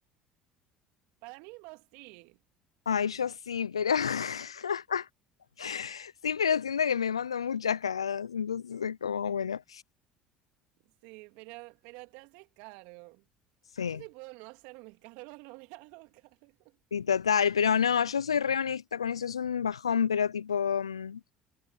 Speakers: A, on the right (about 65°); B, on the left (about 85°).
A: Para mí vos sí.
B: ay, yo sí, pero <laughs> sí, pero siento que me mando muchas cagadas, entonces es como, bueno,
A: Sí, pero, pero te haces cargo.
B: sí.
A: Yo si puedo no hacerme cargo, <laughs> no me hago cargo.
B: Sí, total, pero no, yo soy re honesta con eso, es un bajón, pero tipo, mm,